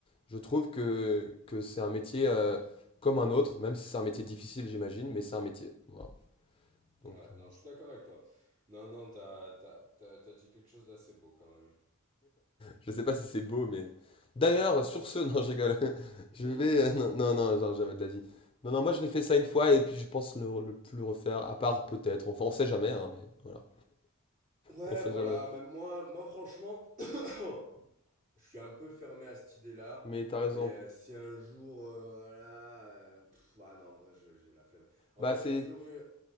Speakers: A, on the left (about 25°); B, on the right (about 40°).
A: je trouve que, que c'est un métier euh, comme un autre, même si c'est un métier difficile, j'imagine, mais c'est un métier. Voilà.
B: Ouais,
A: Donc, euh,
B: non, je suis d'accord avec toi. Non, non, t'as, t'as, t'as, t'as dit quelque chose d'assez beau quand même.
A: je sais pas si c'est beau, mais. D'ailleurs, sur ce, <laughs> non, je rigole. <laughs>
B: <laughs>
A: Je vais. euh, non, non, non, non, jamais de la vie. Non, non, moi, je l'ai fait ça une fois et puis je pense le, le plus le refaire, à part peut-être. Enfin, on sait jamais, hein, mais voilà.
B: Ouais,
A: On sait
B: voilà,
A: jamais.
B: même moi, moi franchement, <coughs> <clears throat> je suis un peu fermé à cette idée-là,
A: Mais t'as
B: mais
A: raison.
B: euh, si un jour, euh, voilà, euh, pff, ah non, en vrai, je- j'ai la flemme. En
A: Bah,
B: fait,
A: c'est.
B: j'ai toujours eu,